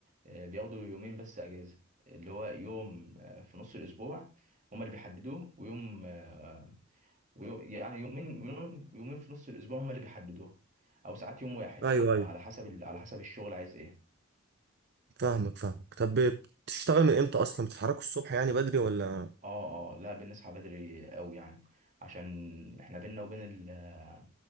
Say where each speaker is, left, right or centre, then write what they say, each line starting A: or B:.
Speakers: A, on the right; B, on the right.
A: آه بياخدوا يومين بس اجازه اللي هو يوم آه في نص الاسبوع هما اللي بيحددوه ويوم آه ويوم يعني يومين يوم يومين في نص الاسبوع هما اللي بيحددوها او ساعات يوم واحد
B: ايوه
A: يعني
B: ايوه
A: على حسب ال- على حسب الشغل عايز ايه
B: فاهمك فاهمك طب بتشتغل من امتى اصلا بتتحركوا الصبح يعني بدري ولا
A: اه اه لا بنصحى بدري قوي يعني عشان احنا بينا وبين ال-